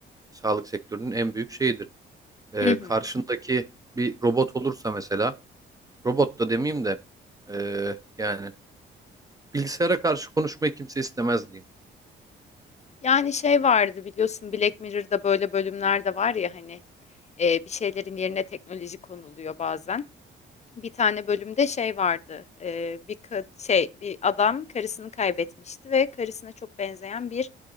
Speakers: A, on the right (about 20°); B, on the left (about 35°).
A: sağlık sektörünün en büyük şeyidir. E,
B: Hı hı.
A: karşındaki bir robot olursa mesela, robot da demeyeyim de e, yani bilgisayara karşı konuşmayı kimse istemez diyeyim.
B: Yani şey vardı biliyorsun Black Mirror'da böyle bölümler de var ya hani e, bir şeylerin yerine teknoloji konuluyor bazen. bir tane bölümde şey vardı. Ee, bir kad- şey bir adam karısını kaybetmişti ve karısına çok benzeyen bir